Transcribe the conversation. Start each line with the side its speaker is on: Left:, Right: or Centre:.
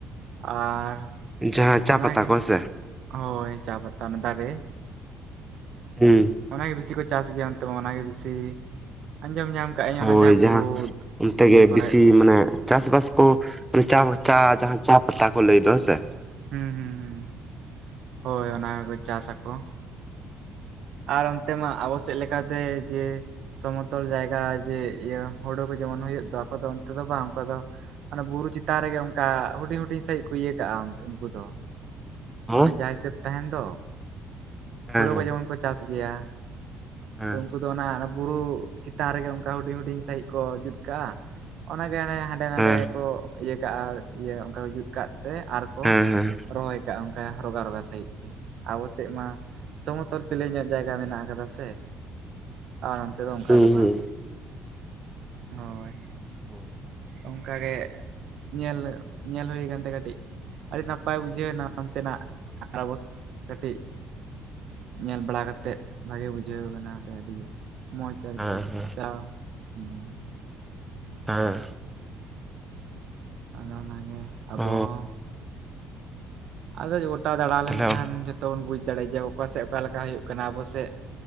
Right: ᱟᱨ
Centre: ᱡᱟᱦᱟᱸ ᱪᱟ
Right: ᱚᱱᱟᱜᱮ
Centre: ᱯᱟᱛᱟ ᱠᱚ ᱦᱮᱸ ᱥᱮ?
Right: ᱦᱳᱭ ᱪᱟ ᱯᱟᱛᱟ ᱚᱱᱟ ᱫᱟᱨᱮ᱾
Centre: ᱦᱩᱸ
Right: ᱚᱱᱟᱜᱮ ᱵᱮᱥᱤ ᱠᱚ ᱪᱟᱥ ᱜᱮᱭᱟ, ᱚᱱᱛᱮ ᱢᱟ ᱚᱱᱟᱜᱮ ᱵᱮᱥᱤ ᱟᱸᱡᱚᱢ ᱧᱟᱢ ᱠᱟᱜ ᱟᱹᱧ ᱚᱱᱟ
Centre: ᱦᱳᱭ
Right: ᱵᱩᱨᱩ
Centre: ᱡᱟᱦᱟᱸ ᱚᱱᱛᱮ
Right: ᱤᱭᱟᱹ
Centre: ᱜᱮ
Right: ᱠᱚᱨᱮᱜ
Centre: ᱵᱮᱥᱤ ᱢᱟᱱᱮ ᱪᱟᱥ ᱵᱟᱥ ᱠᱚ ᱪᱟ ᱪᱟ ᱡᱟᱦᱟᱸ ᱪᱟ ᱯᱟᱛᱟ ᱠᱚ ᱞᱟᱹᱭ ᱫᱚ ᱦᱮᱸ ᱥᱮ᱾
Right: ᱦᱩᱸ ᱦᱩᱸ ᱦᱩᱸ ᱦᱳᱭ ᱚᱱᱟ ᱜᱮᱠᱚ ᱪᱟᱥᱟ ᱠᱚ᱾ ᱟᱨ ᱚᱱᱛᱮ ᱢᱟ ᱟᱵᱚ ᱥᱮᱜ ᱞᱮᱠᱟᱛᱮ ᱡᱮ ᱥᱚᱢᱚᱛᱚᱞ ᱡᱟᱭᱜᱟ ᱡᱮ ᱤᱭᱟᱹ ᱦᱩᱲᱩ ᱠᱚ ᱡᱮᱢᱚᱱ ᱦᱩᱭᱩᱜ ᱫᱚ ᱟᱠᱚ ᱫᱚ ᱚᱱᱛᱮ ᱫᱚ ᱵᱟᱝ ᱚᱝᱠᱟ ᱫᱚ ᱢᱟᱱᱮ ᱵᱩᱨᱩ ᱪᱮᱛᱟᱱ ᱨᱮᱜᱮ ᱚᱝᱠᱟ ᱦᱩᱰᱤᱧ ᱦᱩᱰᱤᱧ ᱥᱟᱺᱦᱤᱡ ᱠᱚ ᱤᱭᱟᱹ ᱠᱟᱜᱼᱟ ᱩᱝᱠᱩ ᱫᱚ᱾
Centre: ᱦᱮᱸ
Right: ᱚᱱᱟ ᱡᱟ ᱦᱤᱥᱟᱹᱵ ᱛᱟᱦᱮᱱ ᱫᱚ
Centre: ᱦᱮᱸ
Right: ᱦᱩᱲᱳ
Centre: ᱦᱮᱸ
Right: ᱠᱚ ᱡᱮᱢᱚᱱ ᱠᱚ ᱪᱟᱥ ᱜᱮᱭᱟ᱾
Centre: ᱦᱮᱸ
Right: ᱛᱚ ᱩᱝᱠᱩ ᱫᱚ ᱚᱱᱟ ᱵᱩᱨᱩ ᱪᱮᱛᱟᱱ ᱨᱮᱜᱮ ᱚᱝᱠᱟ ᱦᱩᱰᱤᱧ ᱦᱩᱰᱤᱧ ᱥᱟᱹᱦᱤᱡ ᱠᱚ ᱡᱩᱛ ᱠᱟᱜᱼᱟ ᱚᱱᱟᱜᱮ ᱦᱟᱱᱮ ᱰᱮ ᱱᱟᱸᱰᱮ
Centre: ᱦᱮᱸ
Right: ᱠᱚ ᱤᱭᱟᱹ ᱠᱟᱜᱼᱟ ᱤᱭᱟᱹ ᱚᱝᱠᱟ ᱠᱚ ᱡᱩᱛ ᱠᱟᱜ ᱛᱮ ᱟᱨ ᱠᱚ
Centre: ᱦᱮᱸ ᱦᱮᱸ
Right: ᱨᱚᱦᱚᱭ ᱠᱟᱜᱼᱟ ᱚᱝᱠᱟ ᱨᱚᱜᱟ ᱨᱚᱜᱟ ᱥᱟᱹᱦᱤᱛ ᱜᱤ ᱟᱵᱚ ᱥᱮᱜ ᱢᱟ ᱥᱚᱢᱚᱛᱚᱞ ᱯᱞᱮ ᱧᱚᱜ ᱡᱟᱭᱜᱟ ᱢᱮᱱᱟᱜ ᱠᱟᱫᱟ ᱥᱮ᱾ ᱟᱨ ᱚᱱᱛᱮ ᱫᱚ ᱚᱝᱠᱟ
Centre: ᱦᱩᱸ
Right: ᱫᱚ ᱵᱟᱝ ᱦᱳᱭ᱾
Centre: ᱦᱩ
Right: ᱚᱝᱠᱟ ᱜᱮ ᱧᱮᱞ ᱧᱮᱞ ᱦᱩᱭᱩ ᱠᱟᱱᱛᱮ ᱠᱟᱹᱴᱤᱜ ᱟᱹᱰᱤ ᱱᱟᱯᱟᱭ ᱵᱩᱡᱷᱟᱹᱣᱱᱟ ᱚᱱᱛᱮᱱᱟᱜ <unintelligible> ᱠᱟᱹᱴᱤᱜ᱾ ᱧᱮᱞ ᱵᱟᱲᱟ ᱠᱟᱛᱮᱜ ᱵᱷᱟᱜᱮ ᱵᱩᱡᱷᱟᱹᱣ ᱠᱟᱱᱟᱛᱮ ᱟᱹᱰᱤ ᱢᱚᱸᱡᱽ ᱟᱨᱠᱤ
Centre: ᱦᱮᱸ ᱦᱮᱸ
Right: ᱪᱟ ᱦᱩᱸ
Centre: ᱦᱮᱸ
Right: ᱟᱫᱚ ᱚᱱᱟᱜᱮ ᱟᱵᱚ
Centre: ᱚ
Right: ᱦᱚᱸ ᱟᱫᱚ ᱜᱚᱴᱟ ᱫᱟᱬᱟ
Centre: ᱛᱟᱦᱞᱮ
Right: ᱞᱮᱱᱠᱷᱟᱱ ᱡᱷᱚᱛᱚ ᱵᱚᱱ ᱵᱩᱡᱽ ᱫᱟᱲᱮᱭᱟᱜᱼᱟ ᱡᱮ ᱚᱠᱟᱥᱮᱜ ᱚᱠᱟ ᱞᱮᱠᱟ ᱦᱩᱭᱩᱜ ᱠᱟᱱᱟ ᱟᱵᱚ ᱥᱮᱜ